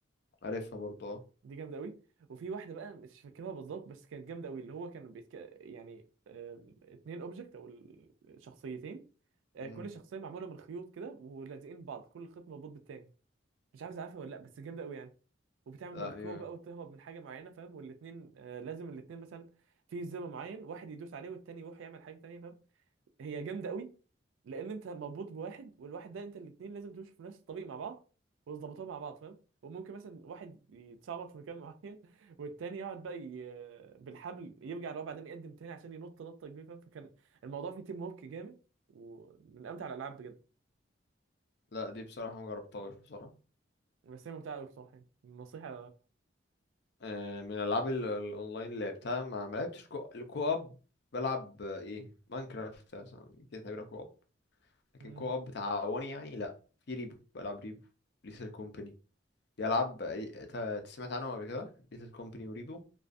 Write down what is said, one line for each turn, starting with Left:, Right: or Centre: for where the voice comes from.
Left: عارفها برضو اه
Right: دي جامده قوي وفي واحده بقى مش فاكرها بالظبط بس كانت جامده قوي اللي هو كانوا بيتك... يعني آه، اتنين اوبجكت او الشخصيتين آه،
Left: مم.
Right: كل شخصيه معموله من خيوط كده ولازقين بعض كل خيط مربوط بالتاني مش عارف إذا عارفها ولا لا بس جامده قوي يعني وبتعمل
Left: لا
Right: باركور
Left: دي
Right: بقى وتهرب من حاجه معينه فاهم والاثنين آه لازم الاثنين مثلا في زر معين واحد يدوس عليه والتاني يروح يعمل حاجه تانيه فاهم هي جامده قوي لان انت مربوط بواحد والواحد ده انت الاثنين لازم تمشوا في نفس الطريق مع بعض وتظبطوها مع بعض فاهم وممكن مثلا واحد يتسرب في مكان معين <laughs> والتاني يقعد بقى ي... بالحبل يرجع لورا بعدين يقدم تاني عشان ينط نطه كبيره فاهم فكان الموضوع فيه تيم ورك جامد ومن امتع الالعاب بجد
Left: لا دي بصراحة ما جربتهاش بصراحة
Right: بس هي ممتعه قوي بصراحه يعني النصيحه
Left: آه، من الالعاب ال- الاونلاين اللي لعبتها ما ما لعبتش كو... الكو اب بلعب آه، ايه ماينكرافت مثلا دي تعتبرها كو اب لكن
Right: العبها
Left: كو اب تعاوني يعني لا في ريبو بلعب ريبو ليتل كومباني دي العاب آه، إيه، ت- أنت سمعت عنهم قبل كده ليتل كومباني وريبو